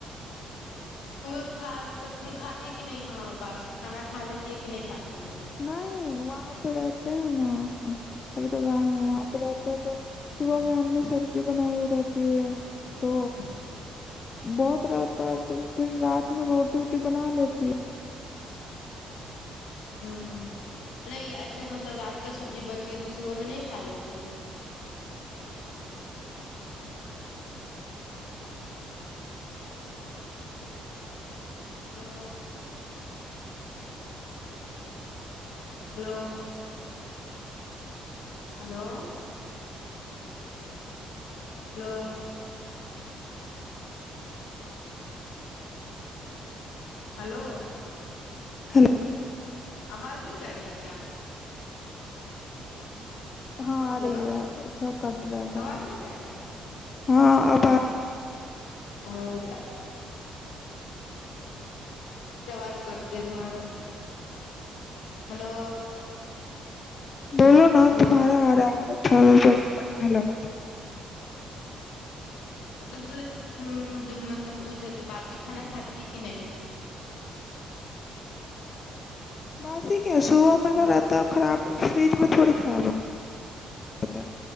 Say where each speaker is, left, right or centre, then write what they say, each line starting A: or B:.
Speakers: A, on the left; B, on the left.
A: تیں کھا مطلب تم کھاتی کہ نہیں ہاں باسی کھانا کھا لیتی ہے کہ نہیں کھاتی ہے؟
B: نہیں وہاں ا پڑتا ہیں ن ابھی تو گاؤں ہے
A: ہوں
B: وہاں پہ رہتا ہے تو صبح میں امی سبزی بنائی ہوئی رہتی ہے تو
A: ہ <inaudible>
B: بہت رہتا ہے تو پھر رات میں روٹی ووٹی بنا لیتی ہے
A: ہ نہیں ایسے مطلب رات کا سبزی بچی گتی صبح میں نہیں کھا لیتی ہے ہ <inaudible> hello hello hello hello hello
B: ہل
A: آواز نہیں جا رہی ہے کیا
B: ہاں
A: ہلو
B: آ رہی ہے سب کٹ رہا تھااز
A: آواز نہیں جا رہی ہے
B: ہاں آب <inaudible>
A: اور <inaudible> سیدواز کرتی ہے تہارے ہلو
B: بولو نا
A: ہلو
B: تمہارا ہاراو چو پہلے ک ال لگاد <unintelligible>
A: تو بولے تھے کہ تم جو مطلب پوچھے تھے باسی کھانا کھاتی ہے کہ نہیں
B: باس صبح میں ا
A: ہلو
B: گگر رہتا خراب فریج میں تھوڑی خراب ہو ہوتا ہے